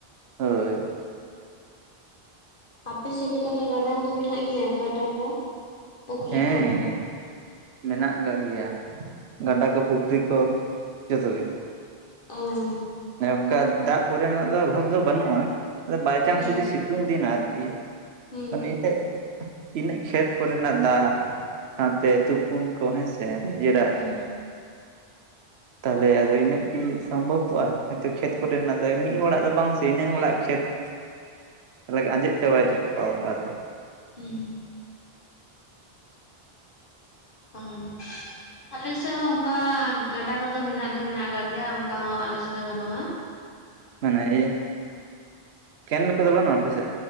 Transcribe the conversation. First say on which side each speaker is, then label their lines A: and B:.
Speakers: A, on the right (about 80°); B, on the left (about 55°).
A: ᱦᱳᱭ᱾
B: ᱟᱯᱮᱥᱮᱫ ᱛᱟᱦᱚᱞᱮ ᱜᱟᱰᱟ ᱠᱚᱫᱚ ᱢᱮᱱᱟᱜ ᱜᱮᱭᱟ ᱜᱟᱰᱟ ᱠᱚ? ᱯᱩᱠᱷᱨᱤ
A: ᱦᱮᱸᱻ
B: ᱠᱚ?
A: ᱢᱮᱱᱟᱜ ᱠᱟᱜ ᱜᱮᱭᱟ ᱜᱟᱰᱟ ᱠᱚ ᱯᱩᱠᱷᱨᱤ ᱠᱚ ᱡᱷᱚᱛᱚ ᱜᱮ᱾
B: <unintelligible>
A: ᱚᱱᱠᱟ ᱫᱟᱜ ᱠᱚᱨᱮᱱᱟᱜ ᱫᱚ ᱚᱵᱷᱟᱵᱽ ᱫᱚ ᱵᱟᱹᱱᱩᱜᱼᱟ᱾ ᱵᱟᱭᱪᱟᱱᱥ
B: ᱦᱮᱸ
A: ᱡᱩᱫᱤ ᱥᱤ ᱥᱤᱛᱩᱝ ᱫᱤᱱ ᱟᱨᱠᱤ
B: ᱦᱮᱸ
A: ᱢᱟᱱᱮ ᱤᱱᱟᱹᱜ ᱤᱱᱟᱹᱜ ᱠᱷᱮᱛ ᱠᱚᱨᱮᱱᱟᱜ ᱫᱟᱜ ᱥᱟᱶᱛᱮ ᱛᱩᱯᱩᱱ ᱠᱚ ᱦᱮᱸᱥᱮ ᱱᱤᱡᱮᱨᱟᱜ
B: ᱦᱩᱸ
A: ᱛᱟᱦᱚᱞᱮ ᱟᱫᱚ ᱤᱱᱟᱹᱜ ᱠᱤ ᱥᱚᱢᱵᱷᱚᱵ᱾ ᱠᱚᱜ-ᱟ ᱱᱚᱛᱮ ᱠᱷᱮᱛ ᱠᱚ ᱨᱮᱱᱟᱜ ᱫᱚ ᱢᱤᱫ ᱦᱚᱲᱟᱜ ᱫᱚ ᱵᱟᱝ ᱥᱮ ᱤᱱᱟᱹᱜ ᱦᱚᱲᱟᱜ ᱠᱷᱮᱛ ᱾ ᱟᱞᱮ ᱜᱮ ᱟᱸᱡᱮᱫ ᱪᱟᱵᱟᱭ <unintelligible>
B: ᱦᱩᱸ ᱾ <unintelligible> ᱟᱞᱮᱥᱮᱫ ᱦᱚᱸ ᱚᱱᱠᱟ ᱜᱟᱰᱟ ᱠᱚ ᱫᱚ ᱢᱮᱱᱟᱜ ᱫᱚ ᱢᱮᱱᱟᱜ ᱟᱠᱟᱫ ᱜᱮᱭᱟ ᱚᱱᱠᱟ ᱦᱚᱸ ᱟᱞᱮᱥᱮᱫ ᱫᱚ ᱵᱟᱹᱱᱩᱜ-ᱟ ᱾
A: <inaudible> ᱢᱟᱱᱮ ᱤᱭᱟᱹ <inaudible> ᱠᱮᱱᱮᱞ ᱠᱚ ᱫᱚ ᱵᱟᱹᱱᱩᱜ-ᱟ ᱟᱯᱮᱥᱮᱫ?